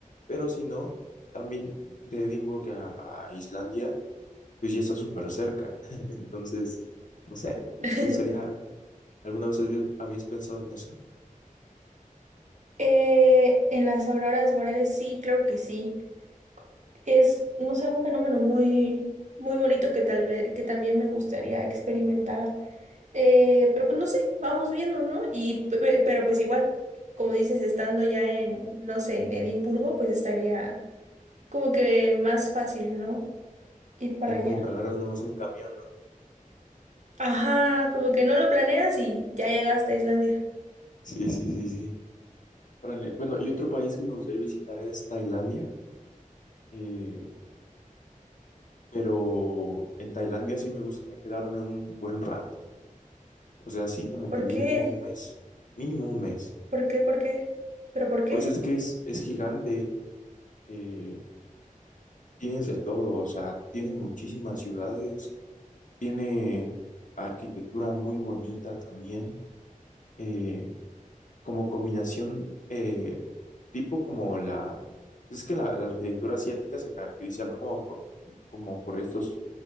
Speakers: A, on the left; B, on the right.
A: pero si no, también de Edimburgo a, a Islandia, pues ya está súper cerca. <laughs> Entonces, no sé,
B: <laughs>
A: ¿te gustaría, alguna vez habías, habías pensado en eso?
B: Eh, en las auroras boreales sí, claro que sí. Es, no sé, un fenómeno muy, muy bonito que tal vez, que también me gustaría experimentar. Eh, pero pues no sé, vamos viendo, ¿no? Y, pe- pe- pero pues igual, como dices, estando ya en, no sé, en Edimburgo, pues estaría como que más fácil, ¿no? Ir para
A: Ya
B: allá.
A: como que agarras nomás un camión, ¿no?
B: Ajá, como que no lo planeas y ya llegaste a Islandia.
A: Sí, sí, sí, sí. Órale. Bueno, y otro país que me gustaría visitar es Tailandia, eh, pero en Tailandia sí me gustaría quedarme un buen rato. O sea, así como
B: ¿Por
A: que mínimo
B: qué?
A: un mes, mínimo un mes.
B: ¿Por qué? ¿Por qué? ¿Pero por qué?
A: Pues es que es, es gigante, eh, tienes de todo, o sea, tiene muchísimas ciudades, tiene arquitectura muy bonita también, eh, como combinación, eh, tipo como la... Es que la, la arquitectura asiática se caracteriza, ¿no? Como por, como por estos